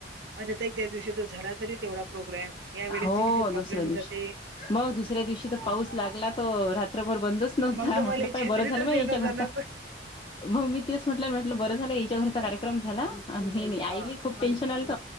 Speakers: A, on the right; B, on the left.
A: अर त त्या दिवशी तो झाला तरी तेवढा प्रोग्राँम या वेळेसची
B: हो
A: किती प्रॉब्लेम
B: दुसऱ्या दिवशी
A: जाते
B: मग दुसऱ्या दिवशी तर
A: मग
B: पाऊस लागला त रात्रभर बंदच नव्हता
A: मग तर
B: म्हटलं
A: मला
B: पाय
A: छत्रीतच
B: बरं झालं मग
A: येणं
B: याच्या घरचा
A: जाणं
B: मग मी तेच म्हटलं म्हटलं बरं झालं याच्या घरचा कार्यक्रम झाला आणि हे
A: हो
B: आईली खूप टेन्शन आलंत